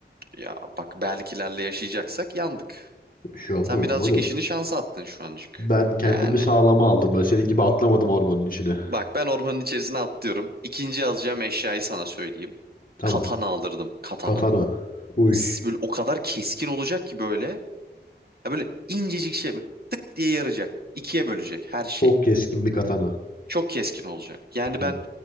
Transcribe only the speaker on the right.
ya bak belkilerle yaşayacaksak yandık.
Sen birazcık
işini şansa attın şu ancık.
Yani
Bak ben ormanın içerisine atlıyorum. İkinci yazacağım eşyayı sana söyleyeyim.
Katana aldırdım. Katana.
S- Böyle o kadar keskin olacak ki böyle. Ya böyle incecik şey böyle tık diye yaracak. İkiye bölecek her şeyi.
Çok keskin olacak. Yani
ben